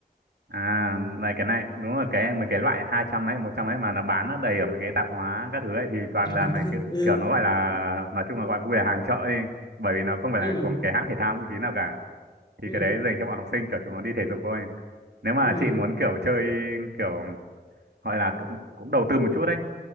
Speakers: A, on the right; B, on the left.
A: à này cái này đúng là cái mấy cái loại hai trăm ấy một trăm ấy mà nó bán nó đầy ở mấy cái tạp hóa các thứ ấy thì toàn
B: <laughs>
A: là mấy kiểu,
B: ừ
A: kiểu nó gọi là nói chung là gọi vui là hàng chợ đi bởi vì nó không phải
B: ừ
A: là của một cái hãng thể thao uy tín nào cả thì
B: ừ
A: cái đấy dành cho bọn học sinh kiểu chúng nó đi thể dục thôi nếu mà
B: ừ
A: chị muốn kiểu chơi kiểu gọi là cũng cũng đầu tư một chút đấy